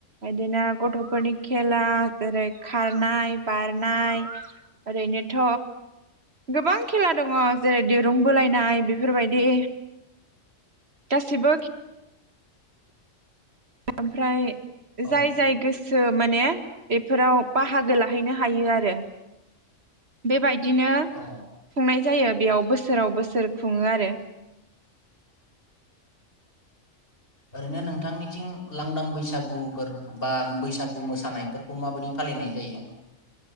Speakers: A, on the right; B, on the left.
A: इदिनो गथफोरनि खेला जेरै खारनाय बारनाय ओरैनोथ' गोबां खेला दङ जेरै दिरुं बोलायनाय बेफोरबायदि गासैबो ओमफ्राय
B: औ
A: जाय जाय गोसो माने बेफोराव बाहागो लाहैनो हायो आरो बेबाय दिनो
B: औ
A: खुंनाय जायो बेयाव बोसोराव बोसोर खुङो आरो
B: ओरैनो नोंथांनिथिं लांदां बैसागुफोर बा बैसागु मोसानायफोरखौ माबायदि फालिनाय जायो?